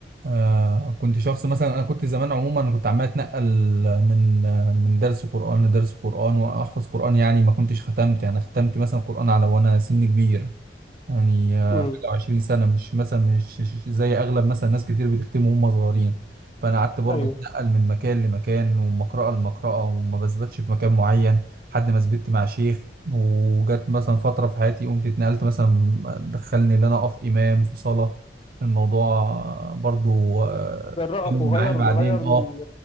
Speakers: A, on the right; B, on the left.
A: آه، كنت شخص مثلا انا كنت زمان عموما انا كنت عمال اتنقل من آه، من درس قرآن لدرس قرآن واحفظ قرآن يعني ما كنتش ختمت يعني ختمت مثلا قرآن على وانا سن كبير يعني آه،
B: امم
A: حاجة وعشرين سنة مش مثلا مش مش زي أغلب مثلا ناس كتير بتختموا وهم صغيرين فأنا قعدت برضه
B: ايوه
A: أتنقل من مكان لمكان ومن مقرأة لمقرأة وما بثبتش في مكان معين لحد ما ثبت مع شيخ وجت مثلا فترة في حياتي قمت اتنقلت مثلا دخلني إن أنا أقف إمام في صلاة الموضوع آه، برضه آه،
B: جرأك
A: كمل
B: وغير
A: معايا بعدين
B: غير من
A: أه